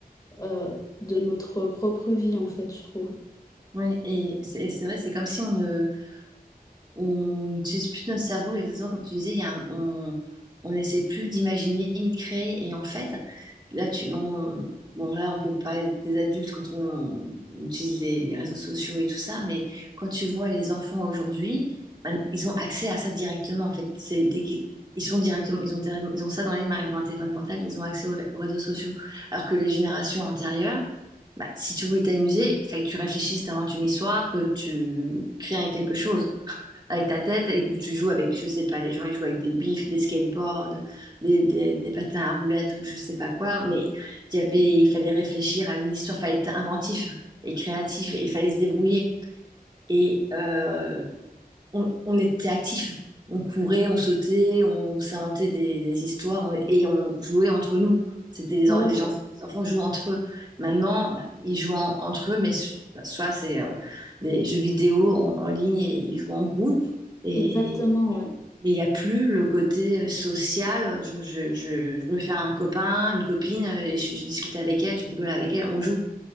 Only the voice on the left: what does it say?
euh, de notre propre vie, en fait, je trouve.
Voilà
quoi.
Exactement, ouais.